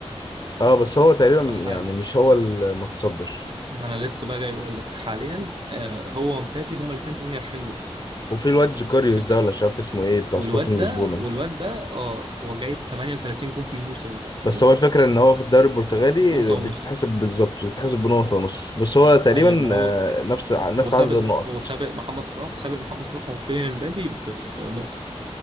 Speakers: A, on the left; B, on the right.
A: اه بس هو تقريبا
B: فحال
A: يعني مش هو المتصدر
B: ما انا لسه بقى جاي اقول لك حاليا آه، هو ومبابي هما الاثنين 28 جول
A: وفي الواد جوكاريوس
B: في الدوري
A: ده ولا مش عارف اسمه ايه بتاع
B: والواد
A: سبورتنج
B: ده
A: لشبونه
B: والواد ده اه هو جايب 38 جول في الموسم انت متخيل
A: بس هو الفكرة إن هو في الدوري البرتغالي
B: نقطة ونص
A: بتتحسب بالظبط بتتحسب بنقطة ونص بس هو تقريبا
B: ايوه ما هو
A: آه، نفس نفس
B: هو سابق
A: عدد النقط
B: هو سابق محمد صلاح سابق محمد صلاح وكيليان امبابي بنقطة